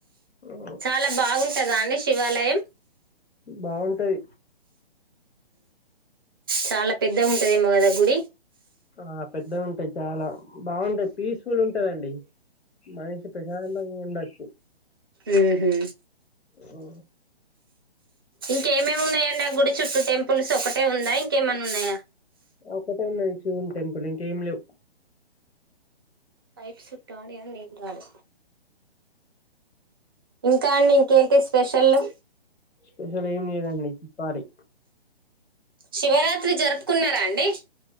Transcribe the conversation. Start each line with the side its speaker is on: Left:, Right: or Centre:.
Left: ఆ,
Right: చాలా బాగుం టదా అండి శివాలయం
Left: బాగుంటది
Right: చాలా పెద్ద ఉ టదేమో కద గుడి
Left: ఆ పెద్దగా ఉంటాది చాలా బావుంటది పీస్ఫుల్ ఉంటదండి మనుషి ప్రశాంతంగా ఉండచ్చు
Right: ఊహూ
Left: ఓ
Right: ఇంకేమేమి ఉన్నాయండి ఆ గుడి చుట్టూ టెంపుల్స్ ఒకటే ఉందా ఇంకేమన్నున్నయా
Left: ఒకటే ఉన్నది శివుని టెంపుల్ ఇంకేం లేవు
Right: పైప్ చుట్టడి అ నీళ్ళు రాలే ఇంకా అండి ఇంకేంటి స్పెషళ్ళు
Left: స్పెషల్ ఏం లేదండి చెప్పాలి
Right: శివరాత్రి జరుపుకున్నారా అండి